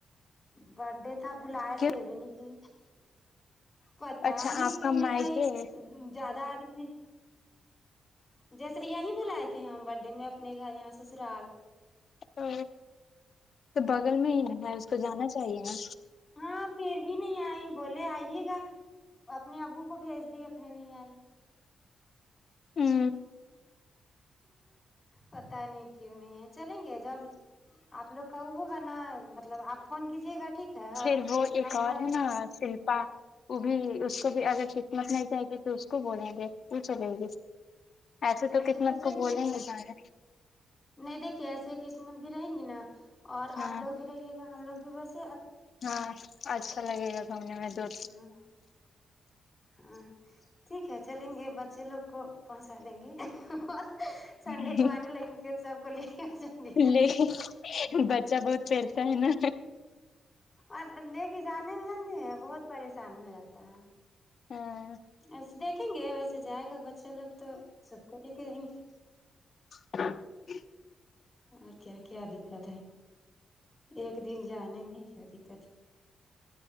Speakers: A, on the left; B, on the left.
A: برڈے تھا بلا
B: کیوں
A: سی بھی نہیں کہ پتا
B: اچھا
A: نہیں
B: آپ
A: کیوں
B: کا
A: نہیں
B: مائکے
A: آئی
B: ہے
A: زیادہ آدمی ہیں جیسے یہیں بلائے تھے ہم برھ ڈے میں اپنے گھر یہاں سے سرال
B: تو تو بغل میں ہی نا ہے اس کو جانا چاہیے نا
A: ہاں پھر بھی نہیں آئی بولے آئیے گا اپنے ابو کو بھیج دی اپنے نہیں آئی
B: ہ
A: پتا نہیں کیوں نہیں ہے چلیں گے جب آپ لوگ کا وہ ہوگا نا مطلب آپ فون کیجیے گا ٹھیک ہے
B: پھر
A: اور
B: وہ ایک
A: ہم
B: اور
A: گھر
B: ہے نا شلپا وہ بھی اس کو بھی اگر مت نہیں چایگے تو اس کو بولیں گے وہ چلے گی ایسے
A: اچھا
B: تو قتمت
A: چلیے
B: کو بولیں گے جارے
A: نہیں دیکھیے ایسے قسمت بھی رہیں گی نا اور آپ
B: ہاں
A: لوگ بھی رہیے ہم لگ بھی بس
B: ہاں اچھا لگے گا گھومنے میں دور
A: ہاں ہاں ٹھیک ہے چلیں گے بچے لوگ کو پہنچا دیں گے اور سنڈے
B: تو
A: کو آنے لگ گ صاحب کو لے کے آ جائیں گے
B: لیکن بچہ بہت پیرتا ہے نا
A: اور لے کے جانے میں جانتے ہیں بہت پریشانی ہو جاتا ہے
B: ہاں
A: ایسے دیک دیکھیں گے ویسے جائے گا بچہ لوگ تو سب کو لے کے جائیں گے
B: <inaudible>
A: اور کیا کیا دقت ہے ایک دن جانے میں ہی کیا دقت ہے